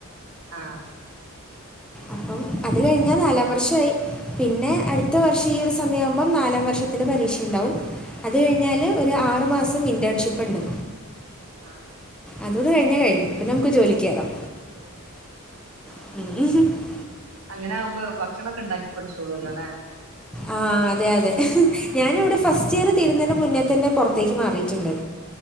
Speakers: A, on the right (about 75°); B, in the centre.
A: ആഹ്
B: അപ്പം അത് കഴിഞ്ഞാ നാലാം വർഷയി പിന്നെ അടുത്ത
A: ഉം
B: വർഷം ഈ ഒരു സമയം ആവുമ്പോം നാലാം വർഷത്തിന്റെ പരീക്ഷയുണ്ടാാവും അത് കഴിഞ്ഞാല്
A: ആഹ്
B: ഒരു ആറു മാസം ഇന്റേൺഷിപ്പ്ണ്ട്
A: ആഹ്
B: അതുടെ കഴിഞ്ഞ കഴിഞ്ഞു പിന്നെ നമുക്ക് ജോലിക്കേറാം
A: <unintelligible>
B: <unintelligible>
A: അങ്ങനാഉമ്പോ ഭക്ഷണം ഒക്കെ ഉണ്ടാക്കി പഠിച്ചോളൂല്ലോല്ലേ
B: ആഹ് അതെ അതെ ഞാനിവിടെ ഫസ്റ്റ് ഇയർ തീരുന്നന്റെ മുന്നേ തന്നെ പുറത്തേക്ക് മാറിയിട്ടുണ്ട്